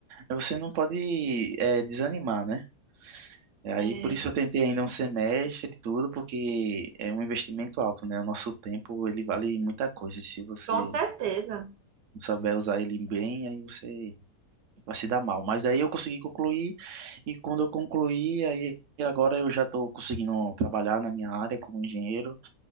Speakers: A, on the right (about 65°); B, on the right (about 80°).
A: Você não pode eh, desanimar, né? E Aí
B: É,
A: por isso eu tentei ainda um semestre e tudo, porque é um investimento alto, né? O nosso tempo, ele vale muita coisa. E se você
B: com certeza.
A: não souber usar ele bem, aí você vai se dar mal. Mas aí eu consegui concluir, e quando eu concluí, aí agora eu já estou conseguindo trabalhar na minha área como engenheiro.